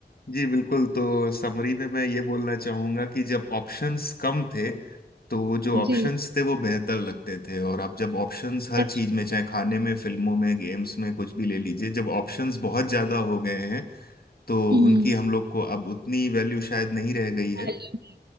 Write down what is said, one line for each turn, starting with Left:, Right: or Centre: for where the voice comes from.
Left: जी बिल्कुल तो समरी में मैं ये बोलना चाहूंगा कि जब ऑप्शंस कम थे तो वो जो ऑप्शंस
Right: जी
Left: थे वो बेहतर लगते थे और अब जब ऑप्शंस हर
Right: सच
Left: चीज में चाहे खाने में फिल्मों में गेम्स में कुछ भी ले लीजिए जब ऑप्शंस बहुत ज्यादा हो गए हैं तो
Right: हम्म
Left: उनकी हम लोग को अब उतनी वैल्यू शायद नहीं रह गई है
Right: value नहीं।